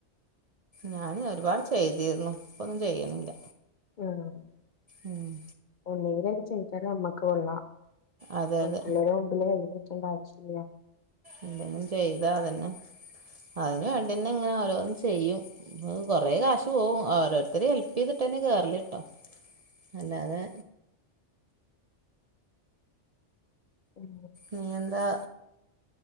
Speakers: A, on the right (about 50°); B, on the left (about 55°).
A: ഞാന് ഒരുപാട് ചെയ്തിരുന്നു ഇപ്പൊന്നും ചെയ്യണില്ല.
B: ആഹ്
A: ഉം
B: ഒന്നെങ്കിലെല്ലാം ചെയ്താല് നമ്മക്ക് കൊള്ളാം.
A: അതെ
B: മറ്റുള്ളോരുടെ
A: അതെ
B: മുമ്പില് കൈ നീട്ടെണ്ട ആവശ്യല്ല.
A: എന്തെങ്കിലും ചെയ്താ അതന്നെ അയിന്
B: ഉം
A: വേണ്ടിയന്നെ ഇങ്ങനെ ഓരോന്ന് ചെയ്യും. ന്നാലും കൊറേ കാശ് പോകും ഓരോരുത്തര് ഹെൽ പ്പീതിട്ടന്നെ കേറലിട്ടോ അല്ലാതെ
B: ഉം
A: ഇനിയെന്താ